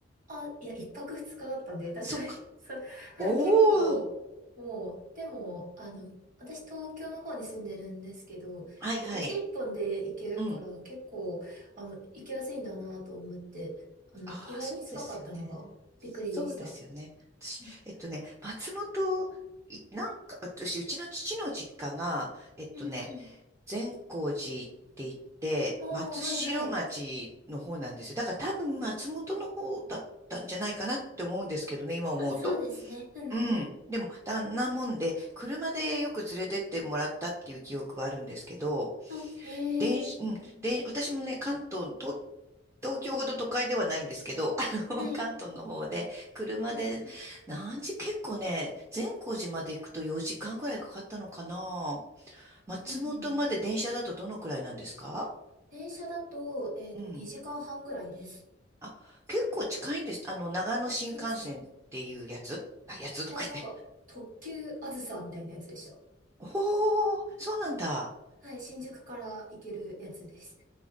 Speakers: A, on the right; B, on the right.
A: あ、いや、一泊二日だったんで、確かに、
B: そっか。
A: <laughs> そう、はい、
B: おー。
A: 結構、もう、でも、あの、私、東京の方に住んでるんですけど、結構電車一本で行けるから、
B: はいはい。うん。
A: 結構、あの、行きやすいんだなと思って、あの、
B: ああ、
A: 意外に近かったのが、
B: そうですよね。そうですよね。
A: びっくりでした。
B: 私、
A: うん、
B: えっとね、松本、いなんか、私、うちの父の実家が、えっとね、
A: うんうん。
B: 善光寺って言って、
A: ああ、
B: 松代町の方なんですよ。
A: はいはい。
B: だから多分松本の方だったんじゃないかなって思うんですけどね、今思うと。
A: まあ、そうですね。うんうん。
B: うん。でも、だんなもんで、車でよく連れてってもらったっていう記憶はあるんですけど、
A: あ、へえ。
B: 電子、
A: うん
B: うん、で、私もね、関東、東、東京ほど都会ではないんですけど、あの、
A: うん。はい。
B: <laughs> 関東の方で、車で、
A: うん
B: 何時、結構ね、善光寺まで行くと4時間ぐらいかかったのかな。松本まで電車だとどのくらいなんですか
A: うん。うんうん。電車だと、えっと、
B: うん。
A: 2時間半ぐらいです。
B: あ、結構近いんです。あの、長野新幹線っていうやつあ、
A: あ、そうですね。
B: やつとか言って。
A: いや、なんか、特急あずさみたいなやつでした。
B: <laughs> おー、そうなんだ。
A: はい、新宿から行けるやつです。